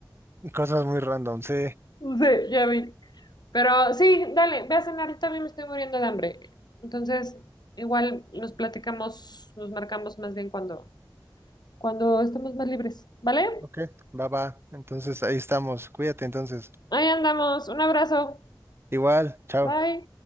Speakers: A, on the right; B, on the left.
A: Cosas muy random, sí.
B: Sí, ya vi. Pero sí, dale, ve a cenar, yo también me estoy muriendo de hambre. Entonces, igual nos platicamos, nos marcamos más bien cuando, cuando estemos más libres, ¿vale?
A: Ok, va, va. Entonces ahí estamos. Cuídate entonces.
B: Ahí andamos, un abrazo,
A: Igual, chao.
B: bye.